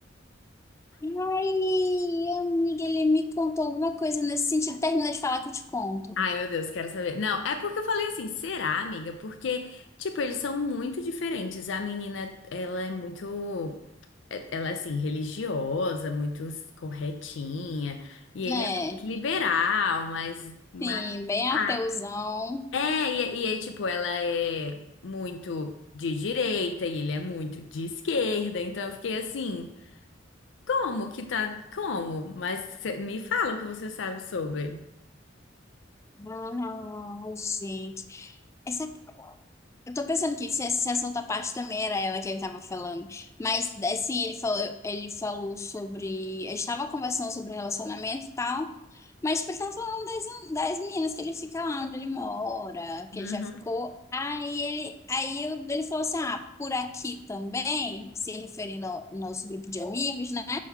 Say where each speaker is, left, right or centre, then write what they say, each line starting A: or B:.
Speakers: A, on the left; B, on the left.
A: Ai, amiga, ele me contou alguma coisa nesse sentido. Termina de falar que eu te conto.
B: Ai, meu Deus, quero saber. Não, é porque eu falei assim, será, amiga? Porque, tipo, eles são muito diferentes. A menina, ela é muito. é- Ela é assim, religiosa, muito corretinha. E
A: Né?
B: ele é muito liberal,
A: É,
B: mas. mas
A: Sim, bem
B: ah.
A: ateuzão.
B: É, e, e aí, tipo, ela é muito de direita e ele é muito de esquerda. Então eu fiquei assim, como que tá. Como? Mas cê- me fala o que você sabe sobre.
A: Ai, gente. Essa... Eu tô pensando que se se essa outra parte também era ela que ele tava falando. Mas, assim, ele falou, ele falou sobre... A gente tava conversando sobre relacionamento e tal. Mas, tipo, ele tava falando das meninas que ele fica lá onde ele mora, que
B: Uhum.
A: ele já ficou. Aí ele, aí eu- ele falou assim: ah, por aqui também, se referindo ao nosso grupo de amigos, né?